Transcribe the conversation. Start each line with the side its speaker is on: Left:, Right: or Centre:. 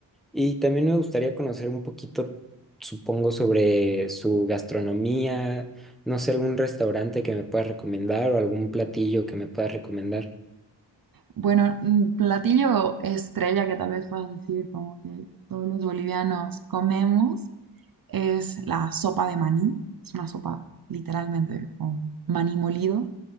Centre: Y también me gustaría conocer un poquito, supongo, sobre su gastronomía, no sé, algún restaurante que me puedas recomendar o algún platillo que me puedas recomendar.
Right: Bueno, mm, platillo estrella que tal vez puedas decir como que todos los bolivianos comemos es la sopa de maní. Es una sopa literalmente con maní molido,